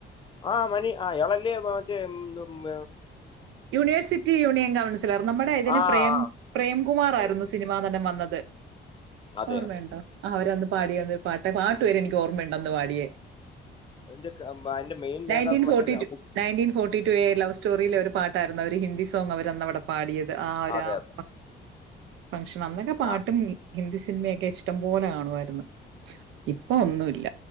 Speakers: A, on the left (about 25°); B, on the right (about 80°).
A: ആഹ് മനി ആ എളല്ലേ മറ്റേ M M
B: university union councillor നമ്മുടെ ഇതിന്
A: ആ
B: പ്രേം
A: ആ
B: പ്രേംകുമാർ
A: അതെ
B: ആയിരുന്നു സിനിമാ നടൻ വന്നത് ത്
A: അതെ
B: ഓർമ്മയുണ്ടോ
A: അതെ
B: അവരന്ന് പാടിയന്തോ
A: ആ
B: പാട്ട് റ്റേ പാട്ട് വരെ എനിക്ക് ഓർമ്മയുണ്ടന്ന് പാടിയേ
A: അതിന്റെ ക- മ- അതിന്റെ മെയിൻ
B: നയറ്റീൻ
A: നേതാവ് മറ്റേ
B: ഫോർട്ടി
A: ക-
B: ട്ടു
A: കു-
B: നയറ്റിൻ ഫോർട്ടി ടു ലവ് സ്റ്റോറിൽ ഒരു പാ <unintelligible> ഒരു ഹിന്ദി സോങ് അവര് അന്ന് അവിടെ പാടിയത് ആ രാപ്പ
A: അതെ അതെ
B: ഫങ്ഷൻ അന്നക്കെ പാട്ടും
A: ഞാൻ
B: ഹിന്ദി സിനിമയൊക്കെ ഇഷ്ടം പോലെ കാണുമായിരുന്നു ഇപ്പൊ ഒന്നുമില്ല